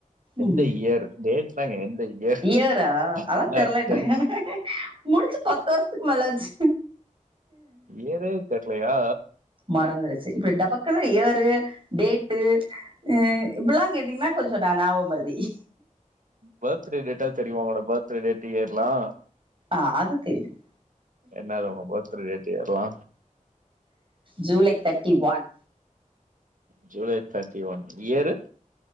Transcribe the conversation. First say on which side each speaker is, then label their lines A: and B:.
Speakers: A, on the right (about 40°); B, on the right (about 70°).
A: உம்
B: எந்த இயர் டேட்லாங்க எந்த இயர்
A: இயரா அதான்
B: என்ன
A: தெரிலடுறங்க
B: டென்த்
A: முடிச்சு பத்து வருஷத்துக்கு மேலாச்சு
B: ஏறுப் தெரலையா
A: மறந்துருச்சு இப்ப டப்கு காய்யாரு டேட்டு ன்னு இப்படில்லாம் கேட்டீங்கன்னா கொஞ்சம் ஞாபமறதி இ
B: பர்த்டே டேட்டா தெரியுமா பர்த்டே டேட் இயர் லாம்
A: ஆஹ் அது தெரியும்
B: என்னது உங்க பர்த்டே டேட் இயர்லா
A: July thirty one
B: July thirty one year